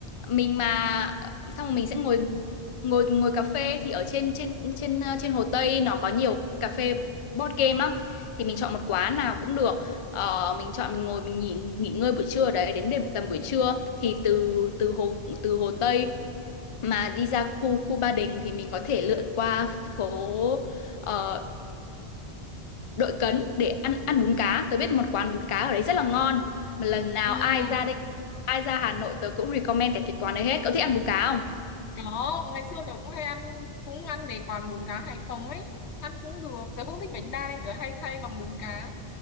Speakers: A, on the left; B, on the left.
A: mình mà xong rồi mình sẽ ngồi ngồi ngồi cà phê thì ở trên trên trên ờ, trên Hồ Tây nó có nhiều cà phê board game lắm thì mình chọn một quán nào cũng được Ờ, mình chọn mình ngồi mình nghỉ nghỉ ngơi buổi trưa ở đấy đến đêm tầm buổi trưa thì từ từ hồ từ Hồ Tây mà đi ra khu khu Ba Đình thì mình có thể lượn qua phố ờ, đội cấn để ăn ăn bún cá tớ biết một quán bún cá ở đấy rất là ngon mà lần nào
B: ừ
A: ai ra đây ai ra Hà Nội tớ cũng recommend cái cái quán đấy hết cậu thích ăn bún cá không
B: có ngày xưa tớ cũng hay ăn cũng ăn mấy quán bún cá Hải Phòng ấy ăn cũng được tớ cũng thích bánh đa nên tớ hay thay bằng bún cá